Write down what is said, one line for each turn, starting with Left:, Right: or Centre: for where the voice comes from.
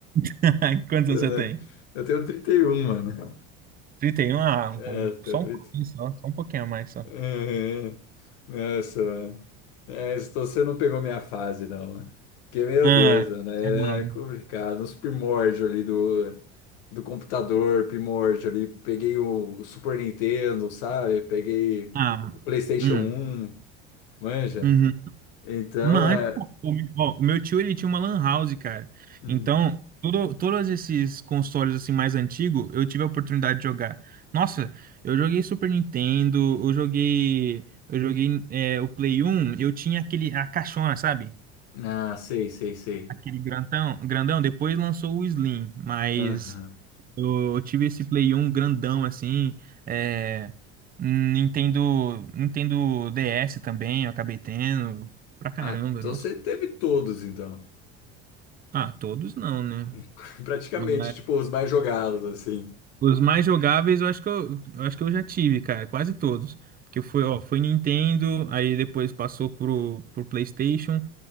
Right: <laughs> Quantos
Left: Eu
Right: anos você
Left: não-
Right: tem?
Left: eu tenho 31 mano.
Right: 31? Ah, um,
Left: É,
Right: pou-
Left: eu tenho
Right: só
Left: trinta
Right: um pouquinho, só, só um pouquinho a mais, só.
Left: Uhum. Nossa, mano. É, então você não pegou minha fase, não. mano. Porque, meu
Right: Ah,
Left: Deus, mano, era
Right: mano.
Left: complicado. Os primórdios ali do, do computador, primórdio ali. Peguei o Super Nintendo, sabe? Peguei
Right: Ah,
Left: o PlayStation
Right: hum.
Left: um manja.
Right: uhum.
Left: Então,
Right: Mano,
Left: é.
Right: pô, o meu ó, o meu tio ele tinha uma lan house, cara.
Left: hum.
Right: Então, todo, todos esses consoles assim mais antigos, eu tive a oportunidade de jogar. Nossa, eu joguei Super Nintendo, eu joguei, eu joguei é, o Play 1, eu tinha aquele a caixona, sabe?
Left: Ah, sei, sei, sei.
Right: Aquele grandão, grandão, depois lançou o Slim, mas
Left: Aham.
Right: eu, eu tive esse Play 1 grandão assim, é, Nintendo, Nintendo DS também, eu acabei tendo pra caramba,
Left: Ah, então
Right: nossa
Left: você teve todos, então.
Right: Ah, todos não, né?
Left: <laughs> Praticamente,
Right: Mas
Left: tipo, os mais jogados, assim.
Right: os mais jogáveis eu acho que eu, eu acho que eu já tive, cara, quase todos. Porque foi, ó, foi Nintendo, aí depois passou pro, pro PlayStation.